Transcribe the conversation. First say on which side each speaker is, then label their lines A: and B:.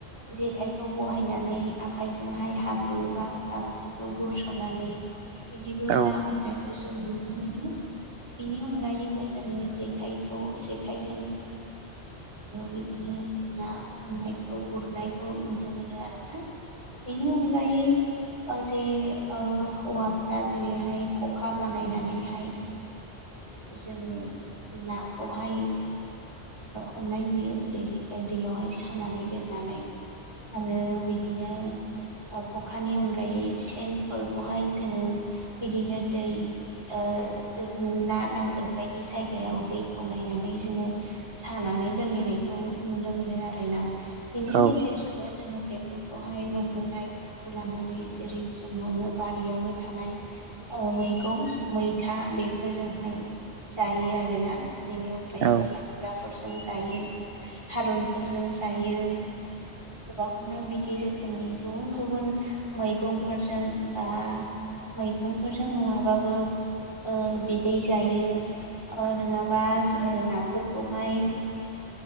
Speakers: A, on the right; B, on the right.
A: जेखाय। खौ बहायनानै आखायजोंहाय हाब्रु बा गांसोखौ बुरसननानै। बिदिबो
B: औ
A: ना हमनायखौ जों नुनो मोनो। बिनि अनगायैबो जोङो जेखायखौ जेखाइजों बिदिनो ना हमनायखौ गुरनायखौ नुनो। मोनो आरोोना बेनि अनगायै। जे हौवाफ्रा जेरैहाय खखा बानायनानैहाय। जों नाखौहाय हमनाय नुयो जेरै दैयावहाय सानानै दोननानै। आरो बिदिनो खखानि अनगायै सेनफोरखौहाय जोङो बिदिनो दै ांगोन ब जनाय जोङानानै द मनायनायखौ नुनो मोनो आरोोना बेनि
B: औ
A: गेजेरजों। नो जोङो बेफोरखौहाय मोनबोनायफोरखौ लानानै जेरै जोंनावनो बारियावनो थानाय। मैगं मैथा बेफोरजोंहाय जायो आरोना। बेनि अनगायैबो
B: औ
A: खुग्राफोरजों। ज थारुनफोरजों जायो। गोबांनो बिदि रोखोमनि गुबुन गुबुन मैगंफोरजों बा मैगंफोरजों नङाबाबो। ओ बिदै जायो ओ नङाबा जोङो नाफोरखौहाय